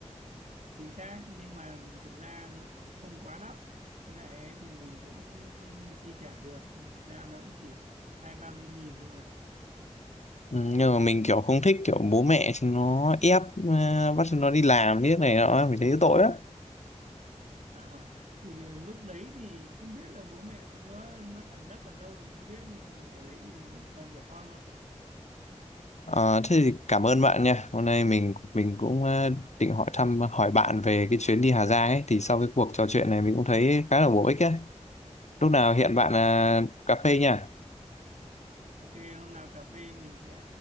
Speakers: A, on the right; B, on the left.
A: chính xác nhưng mà thực ra nó cũng không quá đắt Với lại ấy thì mình cũng chi trả được vì thực ra nó cũng chỉ hai ba mươi nghìn thôi mà <laughs>
B: Ừ, nhưng mà mình kiểu không thích kiểu bố mẹ chúng nó ép ờ, bắt chúng nó đi làm như này nọ mình thấy tội lắm
A: Ờ, thì lúc đấy thì không biết là bố mẹ chúng nó nó ẩn nấp ở đâu mình không biết nhưng mà ở đấy thì toàn trẻ con thôi
B: Ờ, thế thì cảm ơn bạn nha. Hôm nay mình mình cũng ờ, định hỏi thăm hỏi bạn về cái chuyến đi Hà Giang ấy thì sau cái cuộc trò chuyện này mình cũng thấy khá là bổ ích ấy. Lúc nào hẹn bạn ờ,
A: Ờ,
B: cà phê nha.
A: ok hôm nào cà phê mình sẽ